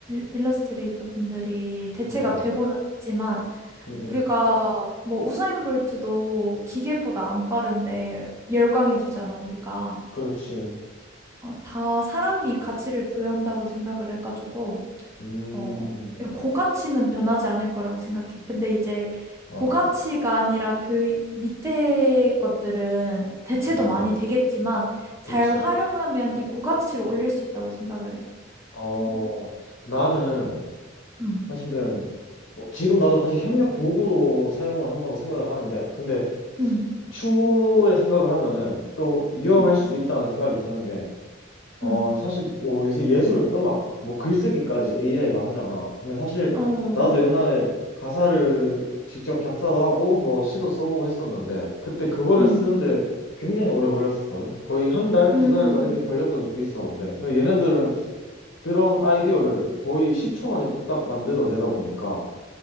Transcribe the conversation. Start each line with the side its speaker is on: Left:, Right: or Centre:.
Right: 일러스트레이터 분들이 대체가
Left: 응,
Right: 되고는
Left: 응.
Right: 있지만
Left: 응, 응.
Right: 우리가 뭐 우사인볼트도 기계보다 안 빠른데 열광해주잖아 우리가.
Left: 그렇지.
Right: 어, 다 사람이 가치를 부여한다고 생각을 해가지고
Left: 음,
Right: 어, 고가치는 변하지 않을 거라고 생각해. 근데 이제
Left: 어,
Right: 고가치가
Left: 어,
Right: 아니라 그 밑에 것들은 대체도
Left: 음, 음,
Right: 많이 되겠지만 잘
Left: 그치.
Right: 활용하면 이 고가치를 올릴 수 있다고 생각을 해.
Left: 어,
Right: 어,
Left: 나는
Right: 음,
Left: 사실은 뭐 지금 나도 사실 협력 도구로 사용을 한다고 생각을 하는데, 근데
Right: 음,
Left: 추후에 생각을 하면은 또 위험할
Right: 음,
Left: 수도 있다는 생각이 드는 어,
Right: 음,
Left: 사실, 어, 요새 예술, 음악, 뭐 글쓰기까지 AI가 하잖아. 근데 사실,
Right: 어,
Left: 나도 옛날에 가사를 직접 작사도 하고, 뭐 시도 써보고 했었는데, 그때 그거를
Right: 음,
Left: 쓰는데 굉장히 오래 걸렸었거든? 거의 한 달, 두
Right: 음,
Left: 달 막 이렇게 걸렸던 적도 있었는데, 근데 얘네들은 그런 아이디어를 거의 10초 만에 뚝딱 만들어 내다 보니까,